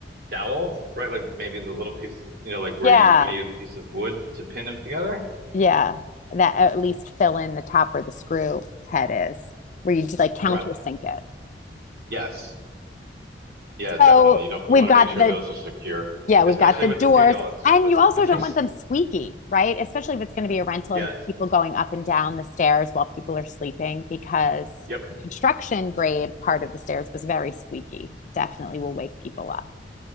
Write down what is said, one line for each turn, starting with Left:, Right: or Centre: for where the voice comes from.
Right: dowels, right? Like maybe the little piece, you know, like where
Left: Yeah,
Right: you kind of use a piece of wood to pin them together?
Left: yeah. That at least fill in the top where the screw head is, where you just like countersink
Right: Right.
Left: it.
Right: Yes. Yeah, definitely.
Left: So
Right: You don't
Left: we've
Right: you want
Left: got
Right: to make sure
Left: the
Right: those are secure,
Left: yeah,
Right: especially
Left: we've got the
Right: with
Left: doors,
Right: the two dogs,
Left: and
Right: but
Left: you also
Right: <laughs>
Left: don't want them squeaky, right? Especially if it's going to be a rental
Right: yes.
Left: and people going up and down the stairs while people are sleeping, because
Right: Yep.
Left: the construction grade part of the stairs was very squeaky. Definitely will wake people up.